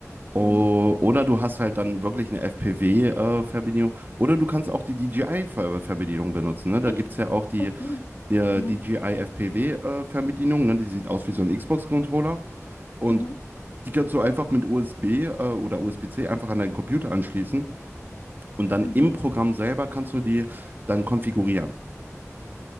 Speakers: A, on the right; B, on the left.
A: O-
B: Mhm.
A: Oder du hast halt dann wirklich eine fpv verbindung Oder du kannst auch die DJI-Verbedienung benutzen. Ne? Da
B: nicht?
A: gibt es ja auch die,
B: Funktioniert.
A: äh,
B: Mhm.
A: DJI FPV-Verbedienung. Ne? Die sieht aus wie so ein Xbox-Controller. Und
B: Mhm.
A: die kannst du einfach mit USB äh, oder USB-C einfach an deinen Computer anschließen. Und dann
B: Mhm.
A: im Programm selber kannst du die dann konfigurieren.